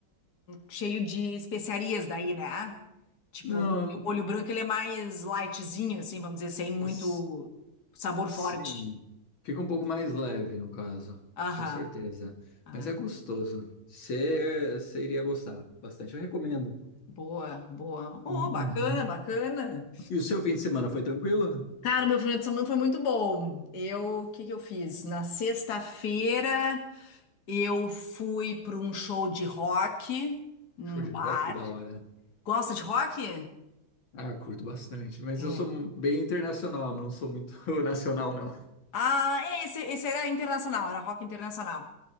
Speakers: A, on the left; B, on the left.
A: cheio de especiarias daí, né? Tipo,
B: Não,
A: o molho branco ele é mais lightzinho, assim, vamos dizer, sem muito
B: s-
A: sabor
B: sim.
A: forte.
B: Fica um pouco mais leve, no caso.
A: Aham.
B: Com certeza.
A: Ai,
B: Mas é gostoso. Você iria gostar bastante. Eu recomendo.
A: boa, boa. Boa,
B: Uhum.
A: bacana, bacana.
B: E o seu fim de semana foi tranquilo?
A: Cara, meu final de semana foi muito bom. Eu, o que que eu fiz? Na sexta-feira. Eu fui para um show de rock num
B: Show de
A: bar.
B: rock, da hora.
A: Gosta de rock?
B: Ah, curto bastante, mas
A: É.
B: eu sou bem internacional, não sou muito <laughs> nacional, não.
A: Ah, esse, esse era internacional, era rock internacional.